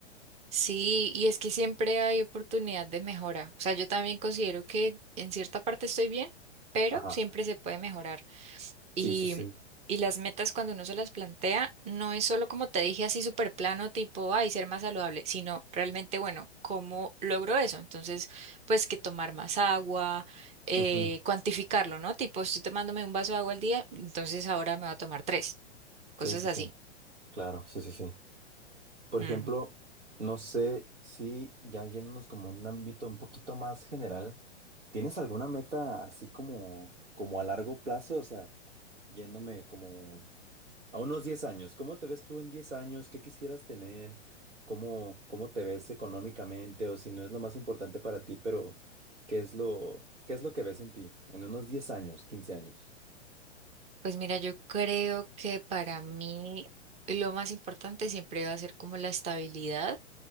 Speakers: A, on the right (about 20°); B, on the right (about 85°).
A: Sí, y es que siempre hay oportunidad de mejora. O sea, yo también considero que en cierta parte estoy bien, pero
B: Ajá.
A: siempre se puede mejorar. Y,
B: Sí, sí, sí.
A: y las metas cuando uno se las plantea, no es solo como te dije así súper plano, tipo, ay, ser más saludable, sino realmente, bueno, ¿cómo logro eso? Entonces, pues que tomar más agua, eh,
B: Ujú.
A: cuantificarlo, ¿no? Tipo, estoy tomándome un vaso de agua al día, entonces ahora me voy a tomar tres, cosas
B: Sí, sí,
A: así.
B: sí. Claro, sí, sí, sí. Por
A: Mm.
B: ejemplo, no sé si ya yéndonos como un ámbito un poquito más general, ¿tienes alguna meta así como, como a largo plazo? O sea, yéndome como a unos 10 años, ¿cómo te ves tú en 10 años? ¿Qué quisieras tener? ¿Cómo, cómo te ves económicamente? O si no es lo más importante para ti, pero ¿qué es lo, qué es lo que ves en ti en unos 10 años, 15 años?
A: Pues mira, yo creo que para mí lo más importante siempre va a ser como la estabilidad